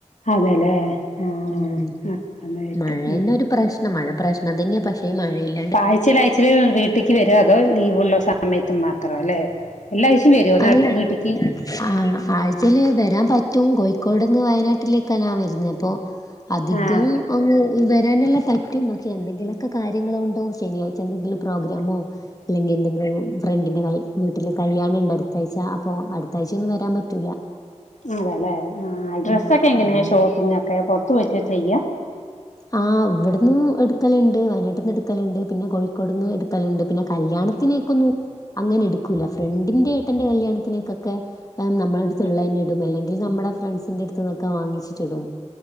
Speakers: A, on the left (about 80°); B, on the left (about 30°).
A: അതെലേ ആഹ് ആഹ്
B: ഉം
A: അന്നായിട്ട്
B: മഴന്നെ
A: ഉം
B: ഒരു പ്രശ്നം മഴ പ്രശനം തന്നെയാ പക്ഷേ ഈ മഴയിൽ
A: ആഴ്ചയിൽ ആഴ്ചയിൽ വീട്ടിക്ക് വരോ അതോ ലീവുള്ള സമയത്ത് മാത്രം അല്ലേ എല്ലാ ആഴ്ചയും വരുവോ
B: അല്ല
A: നാട്ട് വീട്ടിക്ക്
B: ആഹ് ആഴ്ചയിൽ വരാൻ പറ്റും കോഴിക്കോടുന്ന് വയനാട്ടിലേക്കാ ഞാൻ വരുന്നെ അപ്പോ അധികം
A: ആഹ്
B: ഒരു വരാനെല്ലാം പറ്റും പക്ഷെ എന്തെങ്കിലുമൊക്കെ കാര്യങ്ങളുകൊണ്ടോ ശനിയാഴ്ച എന്തെങ്കിലും പ്രോഗ്രാമോ ഇല്ലെങ്കിൽ എന്തെങ്കിലും ഫ്രണ്ടിന്റെ വീട്ടില് കല്യാണണ്ട് അടുത്താഴ്ച അപ്പൊ അടുത്താഴ്ചയൊന്നും വരാൻ പറ്റൂല
A: അതെല്ലെ ആഹ് ഡ്രസ്സൊക്കെ
B: ഉം
A: എങ്ങനെയാ
B: അങ്ങനെ
A: ഷോപ്പിങ്ങൊക്കെ പുറത്തുപോയിട്ടാ ചെയ്യാ
B: ആഹ് ഇവിടെന്ന് എടുക്കലുണ്ട് വയനാട്ടിൽ നിന്ന് എടുക്കലുണ്ട് പിന്നെ കോഴിക്കോടുന്ന് എടുക്കലുണ്ട് പിന്നെ കല്യാണത്തിനേക്കൊന്നും അങ്ങനെ എടുക്കൂല്ല ഫ്രണ്ടിന്റെ ഏട്ടന്റെ കല്യാണത്തിനേക്കൊക്കെ നമ്മളെയെടുത്തുള്ളതന്നെ
A: ഉം
B: ഇടും അല്ലെങ്കിൽ നമ്മടെ ഫ്രണ്ട്സിന്റെ അടുത്ത് നിന്നൊക്കെ വാങ്ങിച്ചിട്ടിടും